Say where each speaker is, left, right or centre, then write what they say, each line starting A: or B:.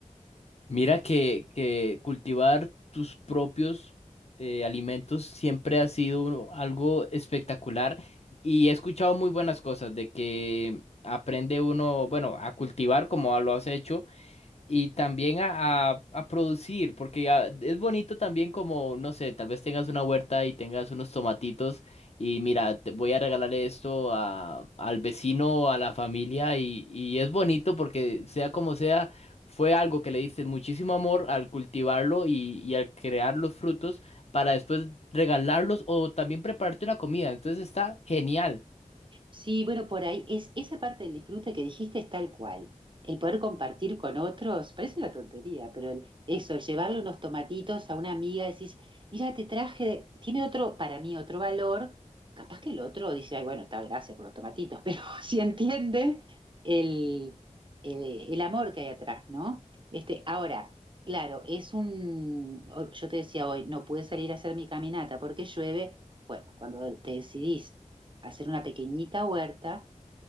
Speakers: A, on the left; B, on the right.
A: Mira que, que cultivar tus propios eh, alimentos siempre ha sido algo espectacular y he escuchado muy buenas cosas de que aprende uno, bueno, a cultivar como lo has hecho, y también a, a- a producir, porque ah, es bonito también como, no sé, tal vez tengas una huerta y tengas unos tomatitos y mira, te voy a regalar esto a, al vecino o a la familia y, y es bonito porque sea como sea, fue algo que le diste muchísimo amor al cultivarlo y, y al crear los frutos para después regalarlos o también prepararte una comida, entonces está genial.
B: Sí, bueno, por ahí es esa parte del disfrute que dijiste es tal cual. El poder compartir con otros, parece una tontería, pero el- eso, el llevarle unos tomatitos a una amiga, decís, mira, te traje, tiene otro, para mí, otro valor. Capaz que el otro dice, ay, bueno, está, gracias por los tomatitos, <laughs> pero si entiende el, el, el amor que hay atrás, ¿no? Este, ahora, claro, es un, o- yo te decía hoy, no pude salir a hacer mi caminata porque llueve. Bueno, cuando te decidís hacer una pequeñita huerta,